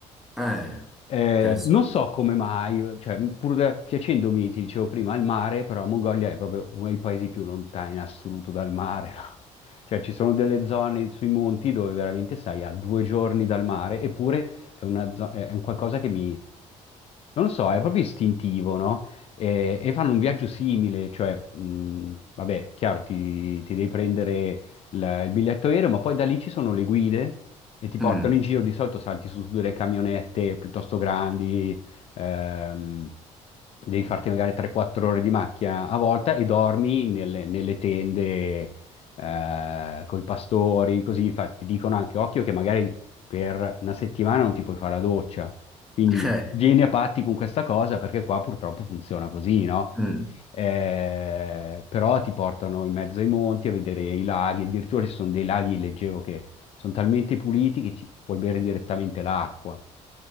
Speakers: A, in the centre; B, on the left (about 50°).
A: Eh,
B: Eh,
A: interessante.
B: non so come mai, cioè, pur da- piacendomi, ti dicevo prima, il mare, però la Mongolia è proprio uno dei paesi più lontani in assoluto dal mare, no? Cioè, ci sono delle zone sui monti dove veramente stai a due giorni dal mare, eppure è una zo- è un qualcosa che mi, non lo so, è proprio istintivo, no? E, e fanno un viaggio simile, cioè, mh, vabbè, chiaro, ti, ti devi prendere il il biglietto aereo, ma poi da lì ci sono le guide e ti portano
A: Mm.
B: in giro, di solito salti su, su delle camionette piuttosto grandi, ehm, devi farti magari 3-4 ore di macchina a volta e dormi nelle, nelle tende eh, con i pastori, così fa- ti dicono anche occhio che magari per una settimana non ti puoi fare la doccia. Quindi
A: Eh,
B: vieni a patti con questa cosa perché qua purtroppo funziona così, no?
A: mm.
B: eh, però ti portano in mezzo ai monti a vedere i laghi, addirittura ci sono dei laghi, leggevo, che sono talmente puliti che ci puoi bere direttamente l'acqua.